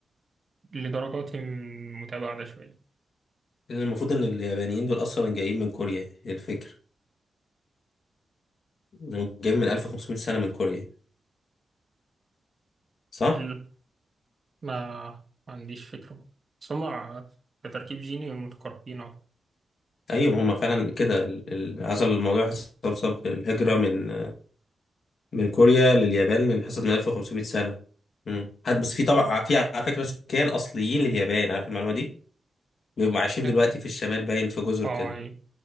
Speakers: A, on the right (about 35°); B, on the left (about 60°).
A: لدرجات متباعدة شوية
B: لأن المفروض إن اليابانيين دول أصلا جايين من كوريا هي الفكرة إنهم جايين من 1500 سنة من كوريا صح؟
A: ال... ما ما عنديش فكرة بس هما كتركيب جيني متقاربين
B: أيوة ما هم فعلا كده ال- ال- عزل الموضوع حصل بسبب الهجرة من من كوريا لليابان بنحسب من 1500 سنة امم حد بس في طبعا في على فكرة سكان أصليين لليابان عارف المعلومة دي بيبقوا عايشين
A: أعتقد.
B: دلوقتي في الشمال باين في جزر
A: اي
B: كده